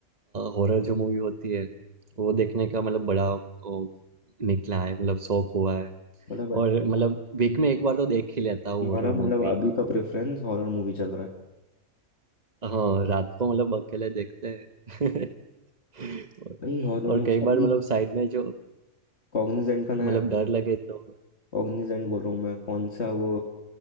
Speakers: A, on the right (about 30°); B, on the left (about 50°).
A: हॉरर जो मूवी होती है वो देखने का मतलब बड़ा वो, निकला है मतलब शौक हुआ है
B: मतलब अच्छा
A: और मतलब वीक में एक बार तो देख ही लेता हूँ
B: तुम्हारा
A: हॉरर
B: मतलब
A: मूवी
B: अभी का प्रेफरेंस हॉरर मूवी चल रहा है
A: हाँ रात को मतलब अकेले देखते हैं <laughs> और,
B: नहीं हॉरर
A: और
B: मूवी
A: कई बार
B: अभी
A: मतलब साइड में जो
B: कॉग्निजेंट का नया
A: मतलब डर लगे तो
B: कॉग्निजेंट बोल रहा हूँ मैं कौन सा वो